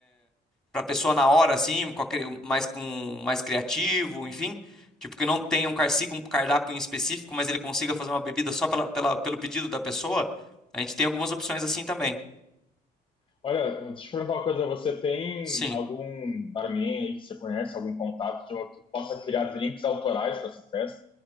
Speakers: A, in the centre; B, on the left.
A: para a pessoa na hora assim, com a cri- mais com mais criativo, enfim, tipo que não tenha um car- siga um cardápio em específico, mas ele consiga fazer uma bebida só pela, pela- pelo pedido da pessoa. A gente tem algumas opções assim também.
B: Olha, deixa eu te perguntar uma coisa. Você tem
A: Sim.
B: algum barman aí que você conhece, algum contato de uma, que possa criar drinks autorais para essa festa?